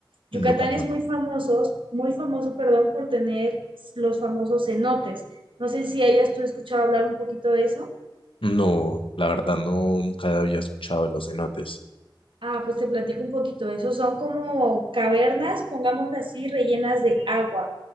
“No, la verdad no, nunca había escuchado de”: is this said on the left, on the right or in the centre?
Left